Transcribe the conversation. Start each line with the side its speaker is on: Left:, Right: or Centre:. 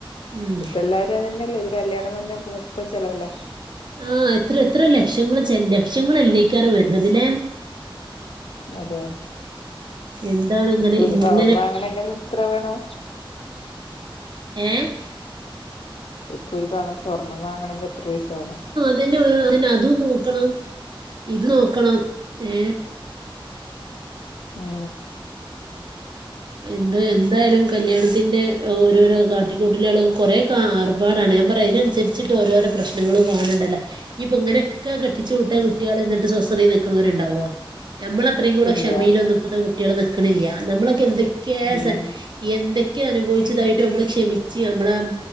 Right: ഉം
Left: ഇപ്പ എല്ലാരും അതന്നെയല്ലേ ഒരു കല്യാണം വന്ന മൊത്തം ചെലവല്ലേ.
Right: ആ എത്ര എത്ര ലക്ഷങ്ങൾ ചെല്ല ലക്ഷങ്ങളല്ലേക്കാരം വര്ണത് ല്ലേ?
Left: അതെ
Right: എന്താണ് ഇങ്ങനെ
Left: ഇപ്പൊ ഒരു
Right: ഇങ്ങനെ
Left: പവൻ <unintelligible> എത്ര വേണം.
Right: ഏഹ്
Left: ഇപ്പൊ ഒരു പവൻ സ്വർണ്ണം വാങ്ങണങ്കി എത്ര പൈസ വാണം.
Right: <unintelligible> അതും നോക്കണം ഇത് നോക്കണം ഏ
Left: ഉം
Right: എന്ത എന്തായാലും കല്യാണത്തിന്റെ ഓരോരോ കാ ട്ടിക്കൂട്ടല്കളും കൊറെക്കെ ആർപാടാണ് ഞാൻ പറയ അതിനൻസരിച്ച്ട്ട് ഓരോരോ പ്രശ്നങ്ങളും തോനണ്ടല്ല. ഇഞ്ഞിപ്പ ഇങ്ങനക്കെ കെട്ടിച്ച് വിട്ട കുട്ട്യള് ഇന്നട്ട് സ്വസ്ഥതേ നിക്ക്ണോര്ണ്ടാവോ. ഞമ്മള അത്രയും കൂടെ
Left: ഇല്ല
Right: ക്ഷമേലൊന്നും ഇപ്പത്തെ കുട്ട്യള് നിക്ക്ണില്ല നമ്മളൊക്കെ എന്തക്കെ
Left: ഇല്ല
Right: സ എന്തക്കെ അനുഭവിച്ചതായിട്ട് നമ്മള് ക്ഷമിച്ച് നമ്മളേം